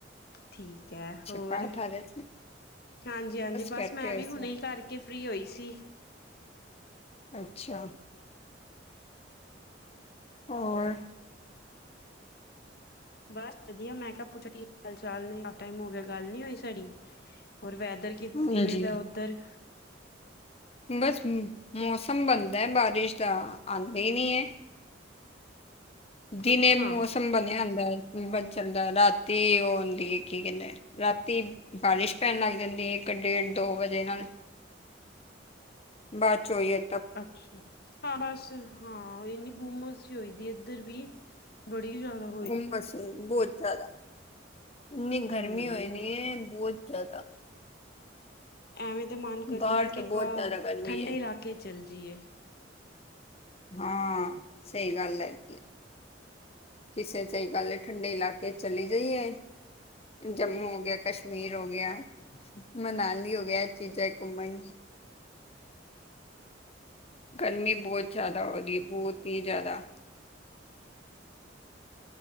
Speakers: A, on the left (about 55°); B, on the left (about 30°).
A: ਠੀਕ ਹੈ।
B: ਅੱਛਾ
A: ਹੋਰ
B: ਪਾਠ ਆ ਰਹੇ ਸੀ
A: ਹਾਂਜੀ-ਹਾਂਜੀ, ਬਸ
B: ਬੈਠੇ
A: ਮੈ
B: ਹੋਏ
A: ਵੀ
B: ਸੀ
A: ਹੁਣੇ ਕਰਕੇ ਕਿ ਫ੍ਰਰੀ ਹੋਈ ਸੀ।
B: ਅੱਛਾ। ਔਰ
A: ਬਸ ਵਧੀਆ, ਮੈ ਕਿਹਾ ਪੁੱਛਾ ਕੀ ਹਾਲ ਚਾਲ ਨੇ ਕਿਨਾ ਟਾਈਮ ਹੋ ਗਿਆ, ਗੱਲ ਨੀ ਹੋਈ ਸਾਡੀ। ਹੋਰ, ਵੈਦਰ
B: ਹਾਂਜੀ
A: ਕਿਵੇ ਦਾ ਉਧਰ
B: ਬਸ, ਮੋਸਮ ਬਣਦਾ ਬਾਰਿਸ਼ ਤਾਂ ਆਉਦੀ ਹੀ ਨਹੀ ਹੈ। ਦਿਨੇ
A: ਅੱਛਾ
B: ਮੋਸਮ ਬਣਿਆ ਹੁੰਦਾ ਹੈ। ਬਦ ਚਲਦਾ ਰਾਤੀ ਉਹ ਹੁੰਦੀ ਕੀ ਕਹਿਦੇ ਰਾਤੀ ਬਾਰਿਸ਼ ਪੈਣ ਲਗ ਜਾਦੀ ਹੈ। ਇਕ ਡੇਡ ਦੋ ਵਜੇ ਨਾਲ ਬਾਦ ਚ ਹੋਈਏ
A: ਅੱਛਾ। ਹਾਂ, ਬਸ ਹਾਂ ਇਨੀ ਗੁੰਮਸ ਹੀ ਹੋਦੀ, ਇਧਰ ਵੀ ਬੜੀ ਜਿਆਦਾ‌।
B: ਹੁੰਮਸ, ਬਹੁਤ ਜਿਆਦਾ ਇਨੀ ਗਰਮੀ
A: ਹਮ
B: ਹੋਈ ਨੀ ਹੈ, ਬਹੁਤ ਜਿਆਦਾ।
A: ਐਵੇਂ ਤੇ ਮਨ ਕਰਦਾ
B: ਬਾਹਰ
A: ਹੈ। ਕਿ
B: ਤੇ
A: ਆਪਾ
B: ਬਹੁਤ ਜ਼ਿਆਦਾ ਗਰਮੀ
A: ਠੰਡੇ
B: ਹੈ।
A: ਇਲਾਕੇ ਚੱਲ ਜਾਈਏ।
B: ਹਾਂ, ਸਹੀ ਗੱਲ ਹੈਗੀ। ਕਿਸੇ 'ਚ ਸਹੀ ਗੱਲ, ਠੰਡੇ ਇਲਾਕੇ ਚਲੀ ਜਾਈਏ। ਜੰਮੂ ਹੋ ਗਿਆ, ਕਸ਼ਮੀਰ ਹੋ ਗਿਆ। ਮਨਾਲੀ ਹੋ ਗਿਆ, ਇਹ ਚੀਜਾ ਘੁੰਮਣ- ਗਰਮੀ ਬਹੁਤ ਜਿਆਦਾ ਹੋ ਰਹੀ ਹੈ, ਬਹੁਤ ਹੀ ਜਿਆਦਾ।